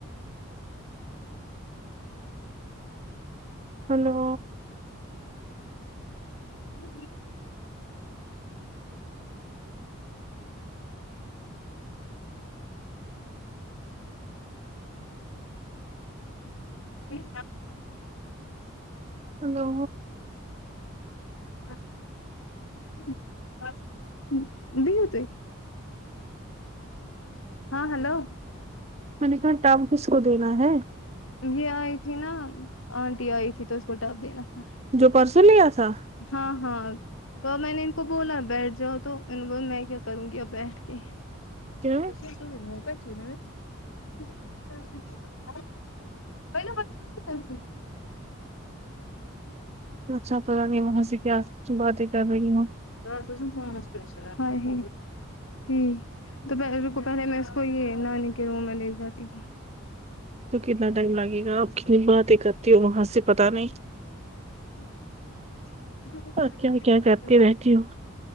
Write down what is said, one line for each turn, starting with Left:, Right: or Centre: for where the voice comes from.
Right: ہلو
Left: <unintelligible> <unintelligible>
Right: ہلو
Left: <unintelligible> ہاں ہلو
Right: میں نے کہا ٹب کس کو دینا ہے
Left: یہ آئی تھی نا آنٹی آئی تھی تو اس کو ٹب دینا تھا
Right: جو پرسوں لیا تھا
Left: ہاں ہاں تو اب میں نے ان کو بولا بیٹھ جاؤ تو ان بول میں کیا کروں گی اب بیٹھ کے
Right: کیا
Left: <unintelligible> <unintelligible>
Right: اچھا پتا نہیں میں وہاں سے کیا باتیں کر رہی ہوں
Left: <unintelligible> ہی تو پل روکو پہلے میں اس کو یہ نانی کے روم میں لے جاتی ہوں
Right: تو کتنا ٹائم لگے گا آپ کتنی باتیں کرتی ہو وہاں سے پتا نہیں
Left: <unintelligible>
Right: آپ کیا کیا کرتی رہتی ہوں